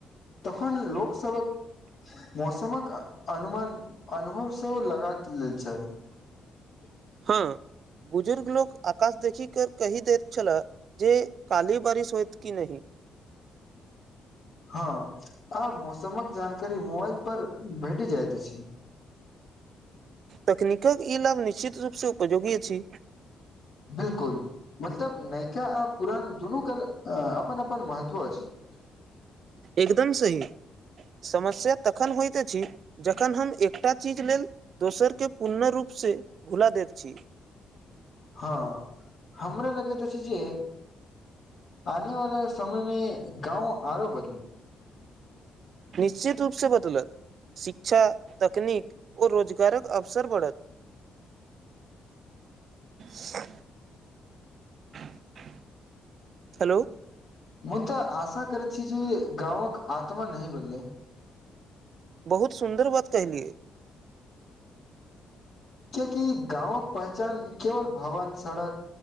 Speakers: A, on the left; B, on the right.
A: तखन लोकसभक मौसमक अनुमान अनुभव सं लगा लैत छल। <unintelligible>
B: हँ। बुजुर्ग लोक आकाश देखि के कहि दैत छलाह जे काल्हि बारिश होयत कि नहि
A: हँ, आ मौसमक जानकारी मोबाइल पर भेटि जाइत अछि।
B: तकनीकक ई लाभ निश्चित रूपसँ उपयोगी अछि।
A: बिलकुल, मतलब नयका आ पुरान दुनूके अपन अपन महत्व अछि‌। <unintelligible>
B: एकदम सही। समस्या तखन होइत अछि जखन हम एकटा चीज लेल दोसरकेँ पूर्णरूप से भुला देैत छी।
A: हँ, हमरा लगैत अछि जे आने वला समय मे गाँव आरो बदलि
B: निश्चित रूप से बदलत शिक्षा, तकनीकक, ओ रोजगारक अवसर बढ़त। स <unintelligible> हेलो!
A: मुदा आशा करै छी जे, गाँवक आत्मा नहि भेलइ।
B: बहुत सुन्दर बात कहलियै।
A: कियकि गाँवक पहचान, केवल भवन, सड़क